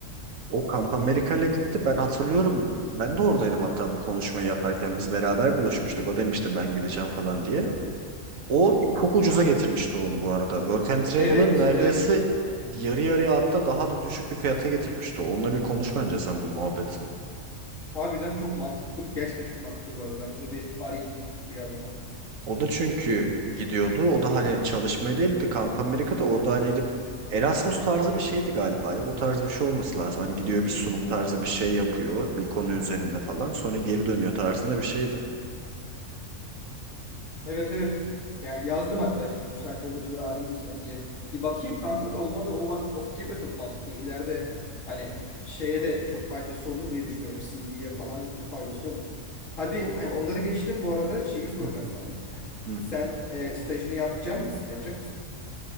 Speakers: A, on the right; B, on the left.
A: O Kamp Amerika'yla gitti. Ben hatırlıyorum. Ben de oradaydım hatta bu konuşmayı yaparken. Biz beraber buluşmuştuk. O demişti ben gideceğim falan diye. O
B: Hı hı.
A: çok ucuza getirmişti onu bu arada. Work and Travel'ın
B: Evet,
A: neredeyse
B: evet.
A: yarı yarıya hatta daha da düşük bir fiyata getirmişti. Onunla bir konuş bence sen bu muhabbetin.
B: Harbiden çok mantıklı. Gerçekten çok mantıklı bu arada. Ben bunu bir arayayım birazdan.
A: O da çünkü gidiyordu. O da hani çalışmaya değildi. Kamp Amerika'da orada hani gidip Erasmus tarzı bir şeydi galiba ya. O tarz bir şey olması lazım. Hani gidiyor bir sunum
B: Hı.
A: tarzı bir şey yapıyor. Bir konu üzerinde falan. Sonra geri dönüyor tarzında bir şeydi.
B: Evet, evet. Yani yazdım hatta şimdi müsait olduğunuzda arayayım bir seni diye. Bir bakayım kanka da olmadı. O bak o fikir de çok mantıklı. İleride hani şeye de çok faydası olur diye düşünüyorum. CV'ye falan da çok faydası olur. Hadi
A: Olur
B: hani
A: olur.
B: onları geçtim bu arada şeyi soracağım
A: Hı.
B: sana.
A: Hı.
B: Sen e, stajını yapacak mısın? Yapacak mısın?